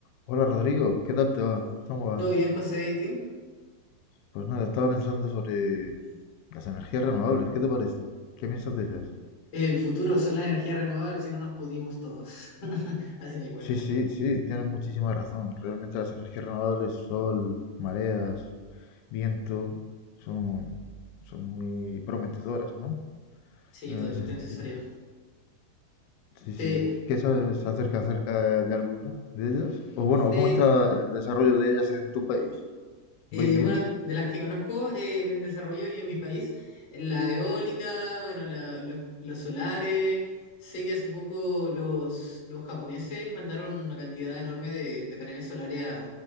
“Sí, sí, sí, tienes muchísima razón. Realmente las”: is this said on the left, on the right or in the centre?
Left